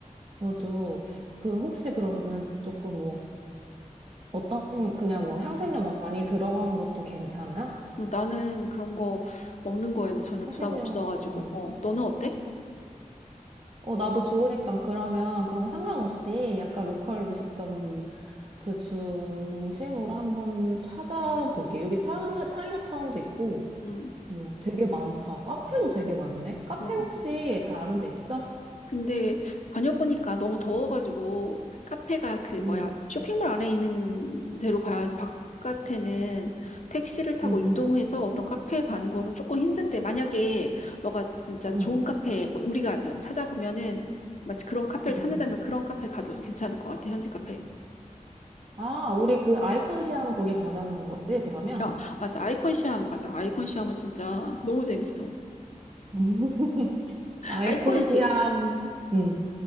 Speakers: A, on the right; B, on the left.
A: 저도 그 혹시 그러면 조금 뭐 어떤 그냥 뭐 향신료 많이 들어간 것도 괜찮아?
B: 음, 나는 그런 거 먹는 거에는 전혀
A: 향신료,
B: 부담 없어가지고,
A: 음.
B: 어, 너는 어때?
A: 어, 나도 좋으니까 그러면 그런 거 상관없이 약간 로컬 음식점 그 중심으로 한번 찾아볼게. 여기 차이나, 차이나타운도 있고
B: 음,
A: 뭐 되게 많다. 카페도 되게 많네. 카페
B: 음.
A: 혹시 잘 아는 데 있어?
B: 근데 다녀보니까 너무 더워가지고 카페가 그
A: 응,
B: 뭐야 쇼핑몰 안에 있는 데로 가야지 바깥에는 택시를 타고
A: 응,
B: 이동해서
A: 응,
B: 어떤 카페에 가는 거는 조금 힘든데 만약에 너가 진짜 좋은
A: 응.
B: 카페 뭐 우리가 이제 찾아보면은 마치 그런 카페를
A: 응,
B: 찾는다면
A: 응.
B: 그런 카페 가도 괜찮을 것 같아 현지 카페.
A: 아, 우리 그 아이콘 시암 거기 가자는 거지, 그러면?
B: 어 맞아 아이콘 시암 가자 아이콘 시암은 진짜 너무 재밌어
A: <laughs> 아이콘
B: 아이콘
A: 시암,
B: 시암.
A: 음,